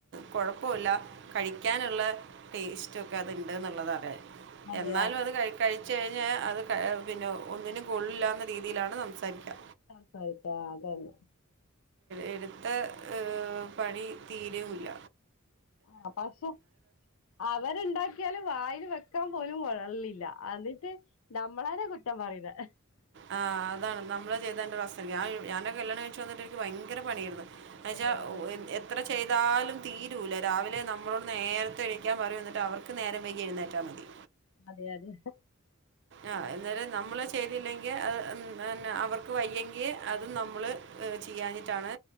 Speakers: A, on the right; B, on the left.
A: കുഴപ്പ കഴിക്കാനുള്ള ടേസ്റ്റ് ഒക്കെ അത്ണ്ട് എന്നുള്ളത് അറിയും
B: അതെ
A: എന്നാലും അത് ക കഴിച്ച കഴിഞ്ഞ അത് പിന്നെ ഒന്നിനും കോളി ഇല്ലാ എന്ന രീതിയിലാണ് സംസാരിക്കുക
B: ആ ആയിത്താ അതന്നെ
A: എടുത്ത ഏ പണി തീരെയില്ല
B: ആ പക്ഷെ അവരുണ്ടാക്കിയാല് വായിൽ വെ വക്കാൻ പോലും കൊഴില്ല എന്നിട്ട് നമ്മളാരെ കുറ്റം പറയിന്നെ
A: ആ അതാണ് നമ്മള് ചെയ്തതിന്റെ പ്രശ്ന ഞാ ഞാനൊക്കെ കല്യാണം കഴിച്ചു വന്നിട്ട് എനിക്ക് ഭയങ്കര പണിയാരുന്നു എന്നച്ചാ
B: അതെ അതെ
A: ഓ എത്ര ചെയ്താലും. തീരൂല്ല രാവിലെ നമ്മളോട് നേരത്തെ എണീക്കാൻ പറയും. എന്നിട്ട് അവർക്ക് നേരം വൈകി എഴുന്നേറ്റാ മതി.
B: അതെ അതെ
A: ആ അന്നേരം നമ്മള് ചെയ്തില്ലെങ്കി അ അ ന്നെ അവർക്ക് വയ്യെങ്കി അതും നമ്മള് ഏഹ് ചിയ്യാഞ്ഞിട്ടാണ്